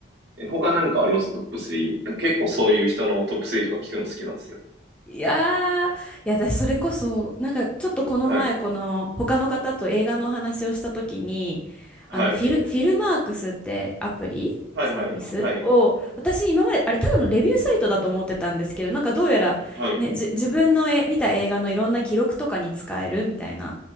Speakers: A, on the right; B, in the centre.
A: え、他なんかありますトップ3。結構そういう人のトップ3とか聞くの好きなんですよ。
B: いやー、いや私それこそなんかちょっとこの前この他の方と映画のお話をした時にあのフィル、
A: はい、はい、
B: フィルマークスってアプリサービスを私今まであれただのレビューサイトだと思ってたんですけどなんかどうやら、
A: はい、はい、はい、はい。
B: ね、じ自分のえ見た映画のいろんな記録とかに使えるみたいな